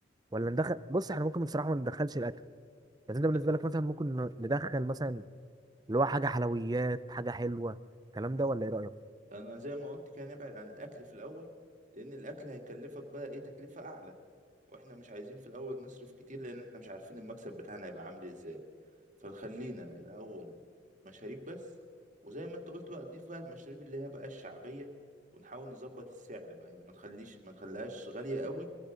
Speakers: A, on the right (about 20°); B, on the right (about 40°).
A: ولا ندخل بص احنا ممكن بصراحه ما ندخلش الاكل بس انت بالنسبه
B: لا
A: لك مثلا ممكن ن- ندخل مثلا اللي هو حاجه حلويات حاجه حلوه الكلام ده ولا ايه رايك
B: أنا زي ما قلت كده نبعد عن الأكل في الأول لأن الأكل هيكلفك بقى إيه تكلفة أعلى واحنا مش عايزين في الاول نصرف كتير لان احنا مش عارفين المكسب بتاعنا هيبقى عامل ازاي فنخلينا الاول مشاريب بس وزي ما انت قلت بقى تضيف بقى المشاريب اللي هي بقى الشعبية ونحاول نظبط السعر بقى يعني ما نخليش ما نخليهاش غالية قوي